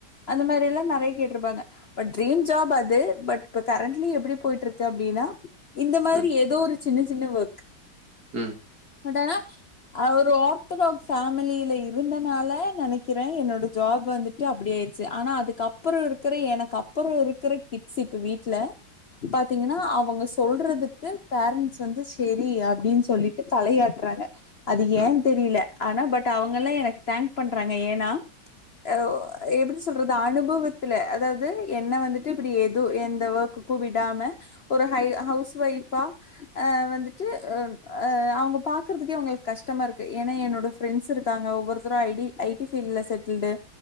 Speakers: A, on the left; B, on the right.
A: அந்த மாதிரில்லா நெறைய கேட்ருப்பாங்க பட் ட்ரீம் ஜாப் அது பட் க்க கரண்ட்லி எப்டிப் போயிட்ருக்கு அப்டின்னா இந்த மாதிரி
B: ம். ம்.
A: ஏதோ ஒரு சின்ன சின்ன ஒர்க்
B: ம்.
A: பட் ஆனா ஆ ஒரு ஆர்த்தடாக்ஸ் ஃபேமிலியில இருந்தனால நெனைக்கிறே என்னோட ஜாப் வந்துட்டு அப்டி ஆயிடுச்சு ஆனா அதுக்குப்பறோ இருக்கற எனக்கு அப்றோ இருக்கற கிட்ஸ் இப்ப வீட்டுல பாத்தீங்கன்னா அவங்க ஸ் சொல்றதுக்கு பேரண்டட்ஸ் வந்து செரி அப்டின்னு சொல்லிட்டு தலையாட்றாங்க அது
B: ம்.
A: ஏன் தெரியில ஆனா பட் அவங்கல்லா எனக்கு தேங்க் பண்றாங்க ஏன்னா அ ஒ எப்டி <unintelligible> சொல்றது அனுபவத்துல அதாவது என்ன வந்துட்டு இப்படி எது எந்த ஒர்க்குக்கு கூ விடாம ஒரு ஹை ஹவுஸ் வைஃப் ஆ வந்துட்டு <unintelligible> ஆ அவங்க பாக்குறதுக்கே அவங்களுக்கு கஷ்டமா இருக்கு ஏன்னா என்னோட ஃபிரண்ட்ஸ் இருக்காங்க ஒவ்வொருத்தரு ஐ டி ஐ டி பீல்ட்ல செட்டில்டு